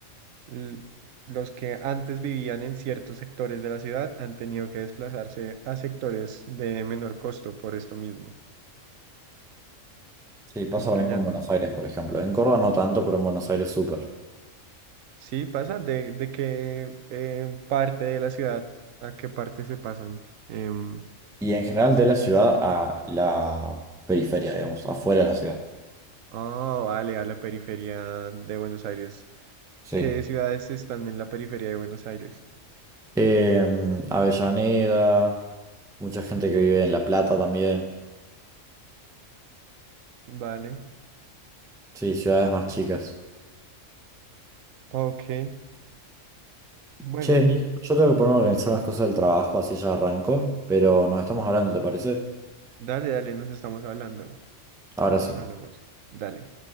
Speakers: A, on the right; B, in the centre.
A: l- los que antes vivían en ciertos sectores de la ciudad han tenido que desplazarse a sectores de menor costo por esto mismo.
B: Sí, pasa
A: Como
B: lo
A: que
B: mismo
A: ya n-
B: en Buenos Aires, por ejemplo. En Córdoba no tanto, pero en Buenos Aires súper.
A: sí pasa, de, de qué eh, parte de la ciudad a qué parte se pasan. Em,
B: Y en general de la ciudad a la periferia, digamos, afuera de la ciudad.
A: oh, vale, a la periferia de Buenos Aires.
B: Sí.
A: ¿Qué ciudades están en la periferia de Buenos Aires?
B: Em, Avellaneda, mucha gente que vive en La Plata también.
A: Vale,
B: Sí, ciudades más chicas.
A: ok. Bueno,
B: Che, Nico, yo tengo que ponerme a organizar unas cosas del trabajo, así ya arranco, pero nos estamos hablando, ¿te parece?
A: dale, dale, nos estamos hablando.
B: Abrazo.
A: Nos hablamos. Dale.